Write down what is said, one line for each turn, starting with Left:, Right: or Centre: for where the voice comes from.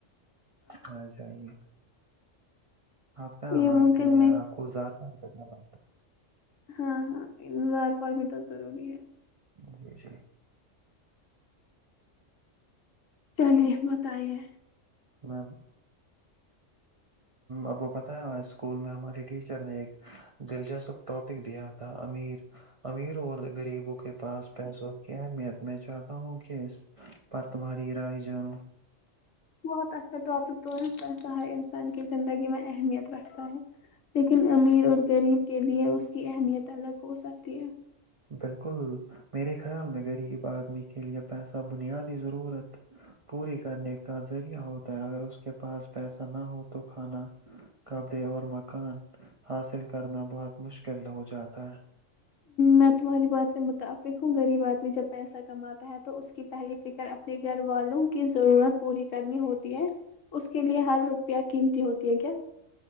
Right: آ جائیے <inaudible> آپ کہاں
Left: یہ
Right: مانتی
Left: ممکن
Right: ہو یار
Left: میں
Right: آپ کو زار پار کرنا پڑتا ہے
Left: ہاں ہاں زار پار بھی تو ضروری ہے
Right: جی جی
Left: چلیے بتائیے
Right: میم ہ اب کو پتا ہے اسکول میں ہمارے ٹیچر نے ایک دلچسپ ٹاپک دیا تھا امیر امیر اور غریبوں کے پاس پیسوں کیا ہے اہمیت میں چاہتا ہوں کہ اس پر تمہاری رائی جانوں
Left: بہت اچھا ٹاپک تو ہے پیسہ ہر انسان کی زندگی میں اہمیت رکھتا ہے لیکن امیر اور غریب کے لیے اس کی اہمیت الگ ہو سکتی ہے
Right: بلکل میرے خیال میں غریب آدمی کے لیے پیسہ بنیادی ضرورت پوری کرنے کا ذریعہ ہوتا ہے اگر اس کے پاس پیسہ نہ ہو تو کھانا کپڑے اور مکان حاصل کرنا بہت مشکل ہو جاتا ہے
Left: میں تمہاری بات سے متعفق ہوں غریب آدمی جب پیسہ کماتا ہے تو اس کی پہلی فکر اپنے گھر والوں کی ضرورت پوری کرنی ہوتی ہے اس کے لیے ہر روپیہ قیمتی ہوتی ہے کیا